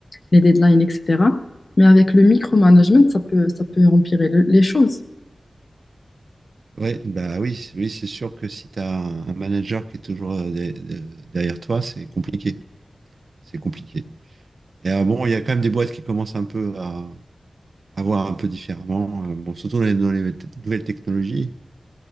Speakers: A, on the left; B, on the right.
A: les deadlines, etc. Mais avec le micromanagement, ça peut, ça peut empirer le- les choses.
B: oui bah oui, oui, c'est sûr que si tu as un un manager qui est toujours euh, de- de- derrière toi, c'est compliqué. C'est compliqué. Et euh, bon, il y a quand même des boîtes qui commencent un peu à, à voir un peu différemment. Euh, bon, surtout dans les, dans les te- nouvelles technologies,